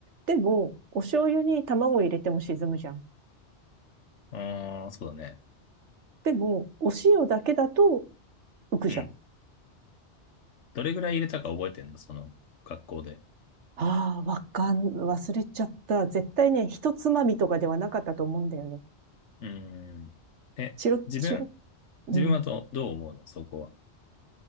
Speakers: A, on the right; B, on the left.
A: でも、お醤油に卵入れても沈むじゃん。
B: ああ、そうだね。
A: でも、お塩だけだと浮くじゃん。
B: うん。どれぐらい入れたか覚えてんのその学校で。
A: ああ、わかん、忘れちゃった。絶対ね、一つまみとかではなかったと思うんだよね。
B: うーん。え、
A: チロッチロッ。
B: 自分、
A: うん。
B: 自分はど、どう思うのそこは。